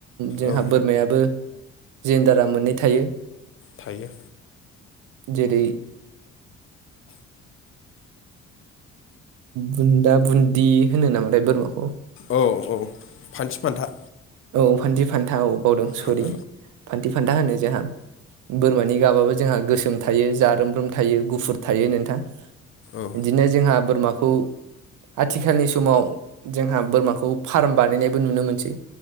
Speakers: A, on the right (about 75°); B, on the left (about 45°).
A: जोंहा
B: औ
A: बोरमायाबो जेेनडारा मोननै थायो।
B: थायो।
A: जेरै बुन्दा बुन्दि होनो नामाथाय बोरमाखौ?
B: औ औ फानथि फान्था
A: औ फान्दि फान्था औ बावदों सरि
B: औ औ
A: फान्थि फान्था होनो जोंहा बोरमानि गाबाबो जोंहा गोसोम थायो जारोमब्रोम थायो गुफुर थायो नोंथां
B: औ
A: बिदिनो जोंहा बोरमाखौ आथिखालनि समाव जोंहा बोरमाखौ फार्म बानायनायबो नुनो मोनसै